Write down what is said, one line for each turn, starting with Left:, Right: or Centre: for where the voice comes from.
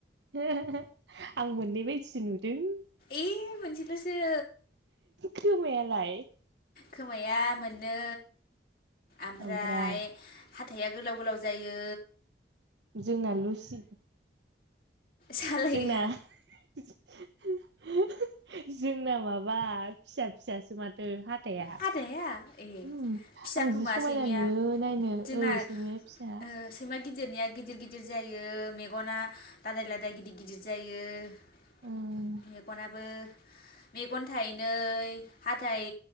Right: <unintelligible> आं मोननै बायदिसो नुदों
Left: एह मोनसेल'सो
Right: खोमायालाय
Left: खोमाया मोन नै आमफ्राय
Right: ओमफ्राय
Left: हाथाया गोलाव गोलाव जायो
Right: जोंना लुसि
Left: सालायहा
Right: जोंना <unintelligible> जोंना माबा फिसा फिसासो माथो हाथाय आ
Left: हाथाया ए
Right: ओम
Left: फिसा
Right: आं
Left: खोमा
Right: जि समायना
Left: सैमाया
Right: नुयो नायनो
Left: जोंना
Right: ओ सैमाया फिसा
Left: ओ सैमा गिदिरनिया गिदिर गिदिर जायो मेगना लादाय लादाय गिदिर गिदिर जायो
Right: ओं
Left: मेगनाबो मेगन थाइनै हाथाइ